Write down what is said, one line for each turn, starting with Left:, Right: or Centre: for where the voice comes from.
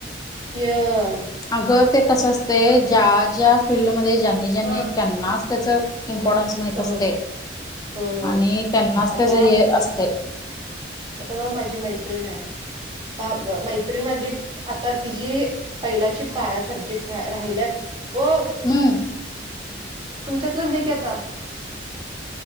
Right: यम
Left: अगं ते कसं असते ज्या ज्या फिल्डमध्ये ज्यांनी ज्यांनी
Right: हा
Left: त्यांनाच त्याचा इम्पॉर्टन्स
Right: ब
Left: माहीत
Right: होय
Left: असते
Right: होय होय
Left: आणि
Right: होय
Left: त्यांनाच
Right: आता
Left: तेज्या हे असतय.
Right: आता बघ माझी मैत्रीण आहे पा ब मै तरी माझी आता तिजी पहिलाची बारा सब्जेक्ट राही राहिल्यात ओ.
Left: हम्म.
Right: तुमच्यातलं जिक आहे आता.